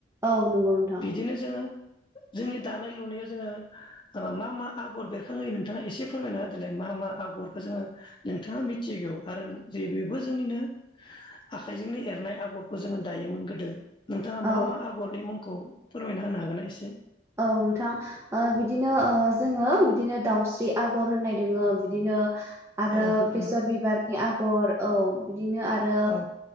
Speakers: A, on the right; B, on the left.
A: औ नंगौ नोंथां।
B: बिदिनो जोङो जोंनि दानाय लुनायाव जोङो ओ मा मा आगर बेरखाङो नोंथाङा एसे फोरमायना होदो। देलाय मा मा आगरखौ जोङो नोंथाङा मिथिगौ आरो जे बेबो जोंनिनो आखाइजोंनो एरनाय आगरखौ जोङो दायोमोन गोदो। नोंथाङा मा
A: औ
B: मा आगरनि मुंखौ फोरमायना होनो हागोन ना एसे
A: औ नोंथां बिदिनो जोङो बिदिनो दाउस्रि आगर होननाय दोङो बिदिनो आरो
B: औ
A: बेसर
B: नंगौ
A: बिबारनि आगर औ बिदिनो आरो।
B: औ